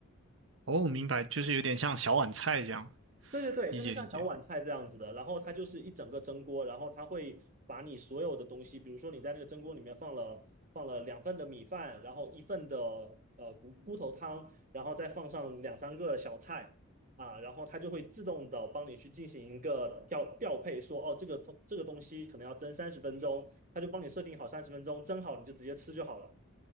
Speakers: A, on the right (about 65°); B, on the right (about 40°).
A: 哦，明白，就是有点像小碗菜这样，
B: 对对对，
A: 理解理解。
B: 就是像小碗菜这样子的，然后它就是一整个蒸锅，然后它会把你所有的东西，比如说你在那个蒸锅里面放了放了两份的米饭，然后一份的呃骨骨头汤，然后再放上两三个小菜啊，然后它就会自动的帮你去进行一个调调配说，哦这个这个东西可能要蒸三十分钟，它就帮你设定好三十分钟，蒸好你就直接吃就好了。